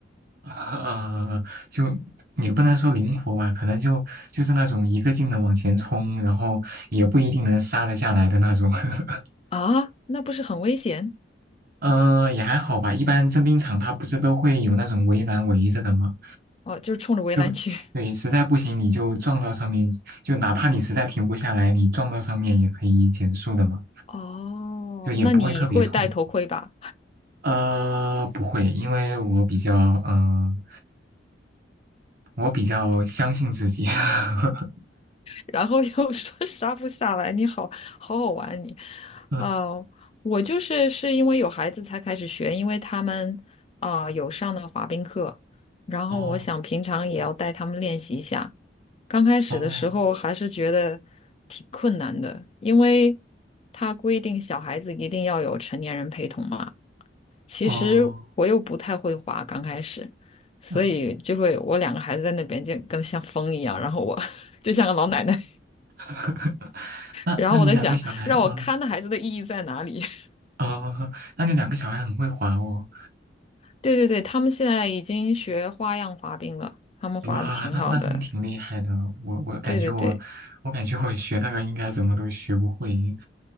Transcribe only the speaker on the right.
呃，就也不能说灵活吧，可能就就是那种一个劲的往前冲，然后也不一定能刹得下来的那种。<laughs>
呃，也还好吧，一般征兵场它不是都会有那种围栏围着的吗？
就对，
实在不行你就撞到上面，就哪怕你实在停不下来，你撞到上面也可以减速的嘛，
就也不会特别痛。
呃，不会，因为我比较，嗯、我比较相信自己。<laughs>
嗯，
哦，
哦，
哦，
嗯
<laughs> 那那你两个小孩，
嗯，
哦，那你两个小孩很会滑哦。
哇，那那真挺厉害的。我我感觉我，
我感觉我学那个应该怎么都学不会，